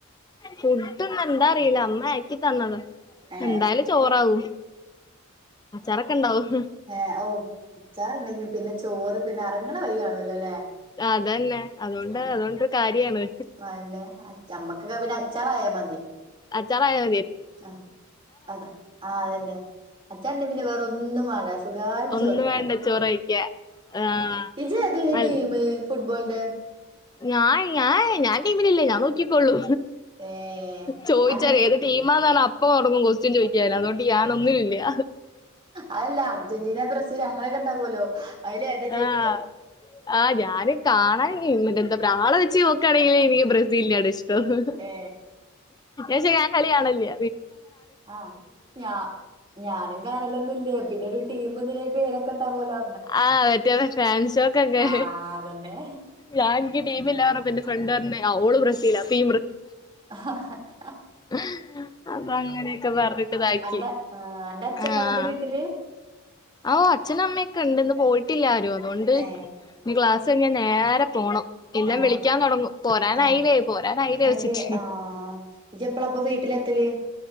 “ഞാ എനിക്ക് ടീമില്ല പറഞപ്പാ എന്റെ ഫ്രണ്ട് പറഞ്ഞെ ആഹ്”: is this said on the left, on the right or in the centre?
Left